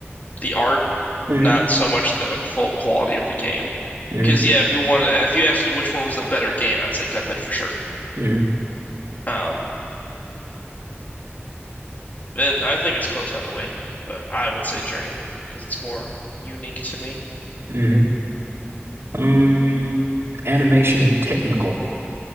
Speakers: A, on the left; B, on the right.
A: the art,
B: hmm
A: not so much the full quality of the game.
B: hmm
A: Because yeah, if you wanted, if you asked me which one was the better game, I'd say Cuphead for sure.
B: hmm
A: Um, and I think it's close either way, but I would say Journey because it's more unique to me.
B: hmm Um, animation technical.